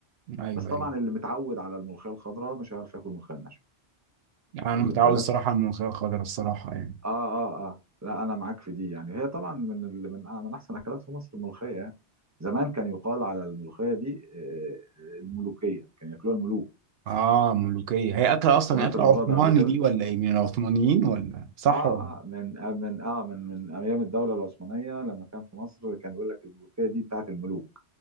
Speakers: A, on the right; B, on the right.
A: ايوه
B: بس طبعا
A: ايوه
B: اللي متعود على الملوخيه الخضراء مش هيعرف ياكل الملوخيه الناشفه
A: يعني
B: واخد
A: انا متعود
B: بالك
A: الصراحة على الملوخية الخضراء الصراحة يعني
B: اه اه اه لا انا معاك في دي يعني هي طبعا من ال... من آه، من احسن الاكلات في مصر الملوخيه يعني. زمان كان يقال على الملوخيه دي آه، آه، الملوكيه كان ياكلوها الملوك
A: اه ملوكية هي أكلة أصلا
B: سمعت
A: أكلة
B: الموضوع
A: عثماني
B: ده قبل كده
A: دي ولا إيه من العثمانيين ولا صح
B: اه
A: ولا
B: اه من آه من اه من من ايام الدوله العثمانيه لما كان في مصر كان يقول لك الملوكيه دي بتاعت الملوك